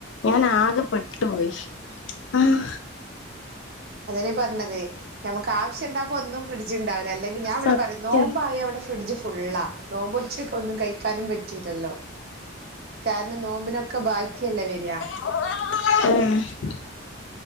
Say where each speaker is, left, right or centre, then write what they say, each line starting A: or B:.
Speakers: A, on the left (about 65°); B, on the right (about 50°).
A: ഞാൻ ആ ആകെ പെട്ടുപോയി ആഹ്
B: അതെ പറഞ്ഞത് നമക്ക് ആവശ്യംണ്ടാകുമ്പ ഒന്നും ഫ്രിഡ്ജ് ഉണ്ടാവില്ല അല്ലെ ഞാൻ ഇവിടെ
A: സത്യം
B: പറയും നോമ്പ ആയ അവിടെ ഫ്രിഡ്ജ് ഫുള്ളാ നോമ്പ് ക്ക ഒന്നും കഴിക്കാനും പറ്റൂല്ലല്ലോ കാരണം നോമ്പിനൊക്കെ ബാക്കിയല്ലേ വരിയാ
A: ആഹ